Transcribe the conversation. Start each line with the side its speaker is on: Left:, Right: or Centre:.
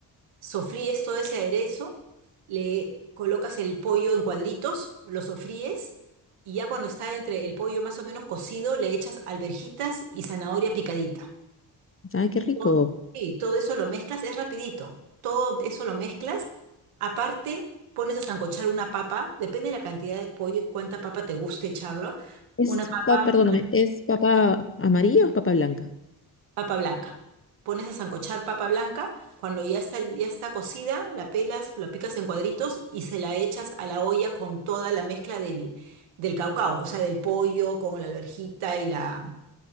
Right: sofríes todo ese aderezo, le colocas el pollo en cuadritos, lo sofríes y ya cuando está entre el pollo más o menos cocido, le echas alverjitas y zanahoria picadita.
Left: Ay, qué rico.
Right: Todo- Sí, todo eso lo mezclas, es rapidito. Todo eso lo mezclas. Aparte, pones a sancochar una papa, depende de la cantidad de pollo y cuánta papa te guste echarlo.
Left: Es,
Right: Una papa,
Left: pa- perdóname, ¿es papa amarilla o es papa blanca?
Right: Papa blanca. Pones a sancochar papa blanca, cuando ya está, ya está cocida, la pelas, lo picas en cuadritos y se la echas a la olla con toda la mezcla del, del caucao, o sea, del pollo con la alverjita y la,